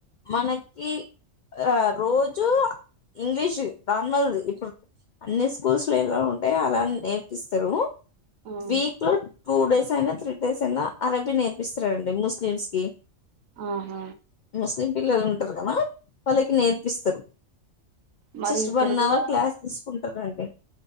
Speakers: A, on the left; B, on the right.
A: మనకీ ఆ రోజు ఇంగ్లీషు నార్మల్ ది ఇప్పుడు అన్ని స్కూల్స్ లో ఎలా ఉంటయో అలా నేర్పిస్తరూ.
B: ఆ
A: వీక్లో టూ డేస్ అయినా, త్రీ డేస్ అయినా అరబీ నేర్పిస్తరండి ముస్లిమ్స్ కి
B: ఆహా
A: ముస్లిం పిల్లలుంటరు గదా వాళ్ళకి నేర్పిస్తరు
B: మరి
A: సిస్ట్
B: ఇక్కడ
A: వన్
B: కూడా
A: అవర్ క్లాస్ తీసుకుంటరండి